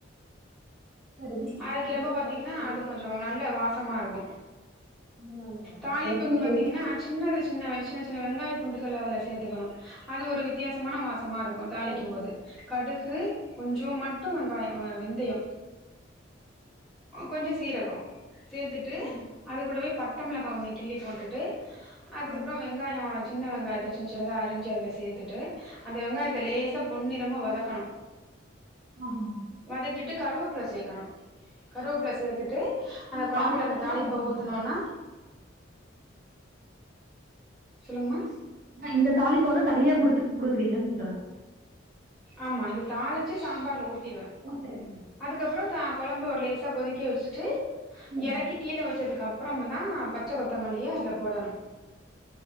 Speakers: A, on the right (about 45°); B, in the centre.
A: அது பிச்சு பிச்சே
B: அரைக்கிறப்ப
A: தெரியுற
B: பாத்தீங்கன்னா
A: மாதிரி இருக்கணும்
B: அது கொஞ்சோ நல்ல வாசமா இருக்கு
A: அதனாலயா
B: தாலிப்புக்கு
A: எப்பவுமே
B: பாத்தீங்கன்னா
A: ரெகுலர்
B: சின்னது சின்ன சின்ன சின்ன வெங்காயோ துண்டுகள அதுல சேத்துக்குணு அது ஒரு வித்தியாசமான வாசமா இருக்கு தாளிக்கு
A: வாசம்
B: போது
A: கிடைக்கும்
B: கடுகு கொஞ்சோமா மட்டு வெங்காயோ வெந்தையோ கொஞ்சோ சீரகோ சேத்துட்டு
A: ம்,
B: அது கூடவே வட்டமிளகா ஒன்னு கிள்ளி போட்டுட்டு அதுக்கப்றோ
A: ஆ,
B: வெங்காயோ வச் சின்ன வெங்காயத்த சின்ன சின்னதா அரிஞ்சி அதுல சேத்துட்டு அந்த வெங்காயத்த
A: ஆ.
B: லேசா பொன்னிறமா வதக்கணு
A: ஆஹு
B: வதக்கிட்டு கருவேப்பில சேக்குணு கருவேப்பில சேத்துட்டு அந்த
A: இது
B: கொழம்புல
A: தாளிப்பு
B: அந்த
A: தனியா
B: தாலிப்ப
A: கொடுப்பீங்க
B: ஊத்தனோன்னா
A: அப்போ
B: சொல்லுங்கம்மா
A: இந்த தாலிப்ப வந்து தனியா குடுத்து குடுக்குறீங்கன்ற
B: ஆம்மா இது தாளிச்சு சாம்பார்ல ஊத்திடுவ
A: ஊத்துருவீங்க
B: அதுக்கப்றோ கொழம்பு ஒரு லேசா கொதிக்க வச்சுட்டு
A: ம்,
B: இறக்கி கீழ வச்சதுக்கு அப்புறம் தா பச்ச கொத்தமல்லி அதுல போடணு